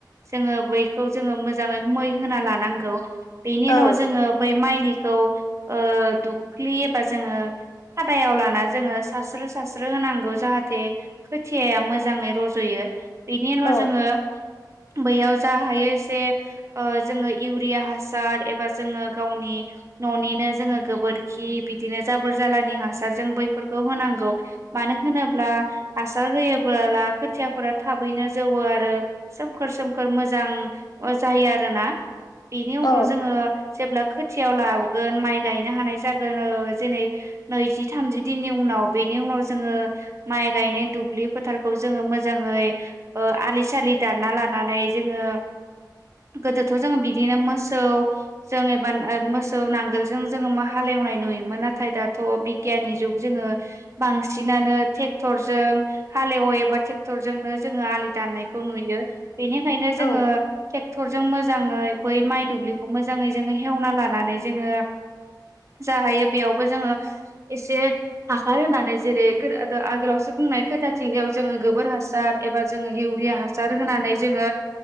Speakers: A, on the right; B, on the left.
A: जोङो बैखौ जोङो मोजाङै मै होनानै लानांगौ बेनि उनाव
B: औ
A: जोङो बै माइ दैखौ ओ दुब्लि बा जोङो खादायाव लाना जोङो सारस्रो सारस्रो होनांगौ जाहाथे खोथियाया मोजाङै रज'यो। बेनि उनाव
B: औ
A: जोङो। बैयाव जा हायो एसे ओ जोङो इउरिया हासार एबा जोङो गावनि न'निनो जोङो गोबोरखि बिदिनो जाबोर जालानि हासार जोंबो बैफोरखौ होनांगौ मानो होनोब्ला हासार होयो बोला खोथियाफोरा थाबैनो जौवो आरो सोमखोर सोमखोर मोजां जायो आरो। ना बेनि उनाव
B: औ
A: जोङो जेब्ला थियाव लाबोगोन माइ गायनो हानाय जागोन जेनै नैजि थामजि दिननि उनाव बेनि उन नाव जोङो माइ गायनाय दुब्लि फोथारखौ जोङो मोजाङै ओ आलि दान- ना लानानै जोङो गोदोथ' जोङो बिदिनो मोसौ जों एबा मोसौ नांगोलजों जोङो मा हालेवनाय नुयोमोन नाथाय दाथ' बिगियाननि जुग जोङो बांसिनानो टेक्टरजों हालेवो एबा टेक्टरजोंनो जोङो आलि दाननायखौ नुयो बेनिखायनो जोङो
B: औ
A: ट्रेक्टरजों मोजाङै बै माइ दुब्लि खौ मोजाङै जोङो हेवना लानानै जोङो। जा हायो बेयावबो जोङो एसे हाखार होनानै जेरै आगोलावसो बुंनाय खोथाथिलायाव जोङो गोबोर हासार एबा जोङो इउरिया हासार होनानै जोङो